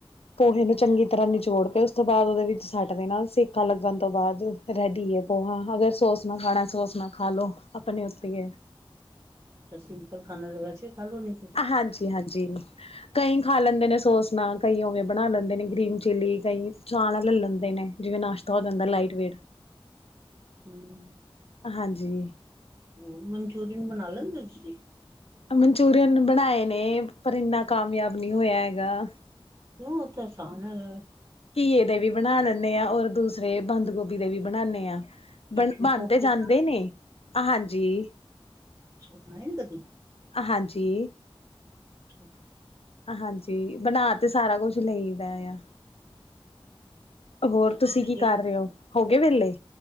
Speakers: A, on the left; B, on the right.
A: ਪੋਹੇ ਨੂੰ ਚੰਗੀ ਤਰ੍ਹਾਂ ਨਿਚੋੜ ਕੇ, ਉਸ ਤੋਂ ਬਾਅਦ ਓਦੇ ਵਿੱਚ ਸੱਟ ਦੇਣਾ ਸੇਕਾ ਲੱਗਣ ਤੋਂ ਬਾਅਦ ਰੈਡੀ ਏ ਪੋਹਾ, ਅਗਰ ਸੌਸ ਨਾਲ ਖਾਣਾ, ਸੋਸ ਨਾਲ ਖਾ ਲੋ ਆਪਣੇ ਉਤੇ ਐ।
B: ਤੇ ਸਿੰਪਲ ਖਾਣਾ ਤੇ ਵੈਸੇ ਈ ਖਾਲੇ ਨੇਂ
A: ਆ ਹਾਂਜੀ, ਹਾਂਜੀ। ਕਈ ਖਾ ਲੈਂਦੇ ਨੇ ਸੋਸ ਨਾਲ ਕਈ ਓਵੇ ਬਣਾ ਲੈਂਦੇ ਨੇ ਗ੍ਰੀਨ ਚਿੱਲੀ। ਕਈ ਚਾਅ ਨਾਂ ਲੱਲ ਲੈਂਦੇ ਨੇ, ਜਿਵੇਂ ਨਾਸ਼ ਤਾ ਹੋ ਜਾਂਦਾ ਲਾਈਟ ਵੇਟ
B: ਹਂ।
A: ਹਾਂਜੀ।
B: ਹਂ, ਮਨਚੂਰੀਅਨ ਬਣਾ ਲੈਂਦੇ ਤੁਸੀਂ?
A: ਮਨਚੂਰੀਅਨ ਬਣਾਏ ਨੇਂ, ਪਰ ਇੰਨਾ ਕਾਮਯਾਬ ਨਈਂ ਹੋਇਆ ਹੈਗਾ।
B: ਕਿਉਂ ਉ ਤੇ ਆਸਾਨ ਹੇਗਾ ਐ।
A: ਘੀਏ ਦੇ ਵੀ ਬਣਾ ਲੈਂਣੇ ਆਂ, ਔਰ ਦੂਸਰੇ ਬੰਦ ਗੋਭੀ ਦੇ ਵੀ ਬਣਾਣੇ ਆਂ।
B: ਘੀਏ
A: ਬਣ
B: ਦੇ
A: ਬਣ
B: ਕੋਫਤੇ
A: ਤੇ ਜਾਂਦੇ
B: ਬਣਾ
A: ਨੇਂ। ਹਾਂਜੀ।
B: ਤੁਸੀ ਬਣਾਏ ਨੇ ਕਦੀ?
A: ਆ ਹਾਂਜੀ।
B: <inaudible>
A: ਹਾਂਜੀ, ਬਨਾ ਤੇ ਸਾਰਾ ਕੁਛ ਲਈ ਦਾ ਆ ਹੋਰ
B: ਤੇ
A: ਤੁਸੀਂ ਕੀ
B: ਗਏ
A: ਕਰੇ ਓ? ਹੋ ਗੇ ਵੇਲੇ